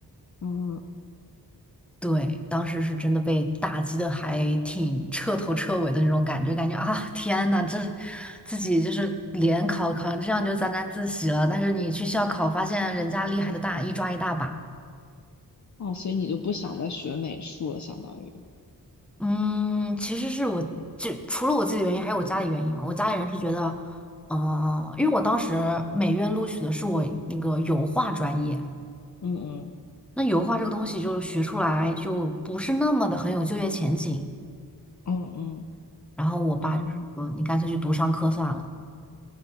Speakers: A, on the left; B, in the centre.
A: 嗯
B: 对，当时是真的被打击的还挺彻头彻尾的那种感觉，感觉啊，天呐，这自己就是联考考成这样就沾沾自喜了，但是你去校考发现人家厉害的大一抓一大把。
A: 哦，所以你就不想再学美术了，相当于。
B: 嗯，其实是我就除了我自己的原因，还有我家里原因嘛。我家里人是觉得，嗯、因为我当时美院录取的是我那个油画专业，
A: 嗯嗯
B: 那油画这个东西就是学出来就不是那么的很有就业前景。
A: 嗯
B: 然后我爸就说，
A: 嗯啊。
B: 你干脆去读商科算了。